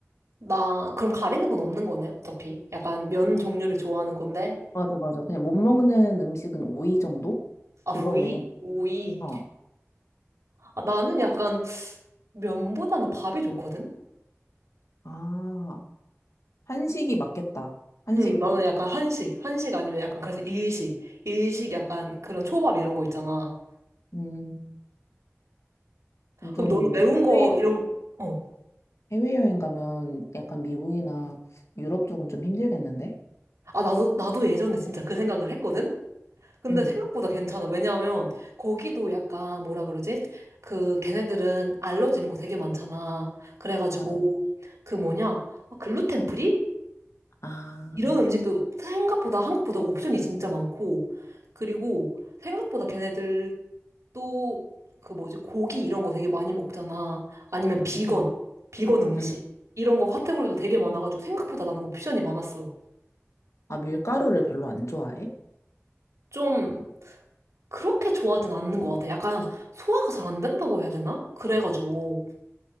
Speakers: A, on the right (about 80°); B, on the left (about 75°).
A: 나, 그럼 가리는 건 없는 거네, 어차피. 약간 면 종류를 좋아하는 건데.
B: 맞아, 맞아. 그냥 못 먹는 음식은 오이 정도?
A: 아,
B: 그거
A: 오이?
B: 외에,
A: 오이.
B: 어.
A: 아, 나는 약간 면보다는 밥이 좋거든?
B: 아, 한식이 맞겠다. 한식,
A: 응, 나는 약간 한식. 한식 아니면 약간 그래서 일식. 일식 약간 그런 초밥 이런 거 있잖아.
B: 음,
A: 그럼
B: 좀,
A: 너는 매운 거
B: 해외,
A: 이런 어.
B: 해외여행 가면 약간 미국이나 유럽 쪽은 좀 힘들겠는데?
A: 아 나도 나도 예전에 진짜 그 생각을 했거든. 근데
B: 응,
A: 생각보다 괜찮아. 왜냐하면 거기도 약간 뭐라 그러지? 그 걔네들은 알러지는 거 되게 많잖아. 그래가지고
B: 맞아.
A: 그 뭐냐 글루텐 프리
B: 아,
A: 이런 음식도 생각보다 한국보다 옵션이 진짜 많고 그리고 생각보다 걔네들 또 그 뭐지 고기 이런 거 되게 많이 먹잖아. 아니면 비건
B: 응,
A: 비건 음식
B: 응.
A: 이런 거 카테고리도 되게 많아가지고 생각보다 나는 옵션이 많았어.
B: 아, 밀가루를 별로 안 좋아해?
A: 좀 그렇게 좋아하진 않는 것 같아. 약간 소화가 잘 안 된다고 해야 되나? 그래가지고